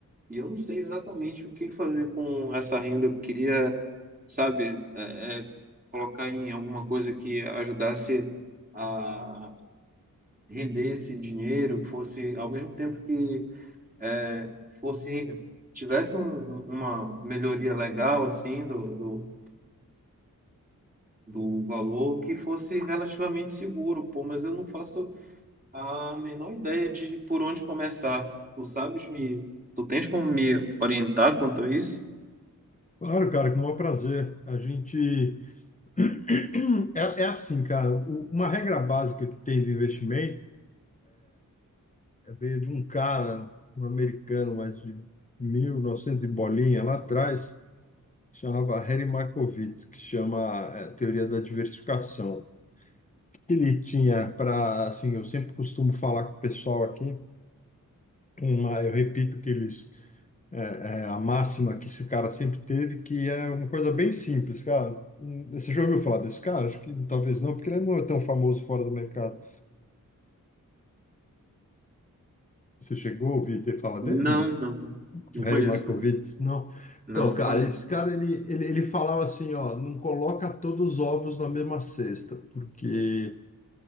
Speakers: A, on the right; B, on the left.
A: e eu não sei exatamente o que fazer com essa renda. Eu queria, sabe, é, é, colocar em alguma coisa que ajudasse a render esse dinheiro, que fosse ao mesmo tempo que é, fosse tivesse um- uma melhoria legal assim do, do, do valor que fosse relativamente seguro, pô, mas eu não faço a menor ideia de por onde começar. Tu sabes me, tu tens como me orientar quanto a isso?
B: Claro, cara, com o maior prazer. A gente. <clears throat> É, é assim, cara, o- uma regra básica que tem do investimento é, veio de um cara, um americano, mas de 1900 e novecentos e bolinha lá atrás, chamava Harry Markowitz, que chama, é, Teoria da Diversificação. ele tinha para, assim, eu sempre costumo falar com o pessoal aqui, uma, eu repito que eles, é, é, a máxima que esse cara sempre teve, que é uma coisa bem simples, cara. Hum, Você já ouviu falar desse cara? Acho que talvez não, porque ele não é tão famoso fora do mercado. Você chegou a ouvir ter falar
A: Não,
B: dele? Não.
A: não. Não
B: Harry
A: conheço,
B: Markowitz?
A: não.
B: Não.
A: Não,
B: Então,
A: não
B: cara,
A: conheço.
B: esse cara, ele, ele, ele falava assim, ó, não coloca todos os ovos na mesma cesta, porque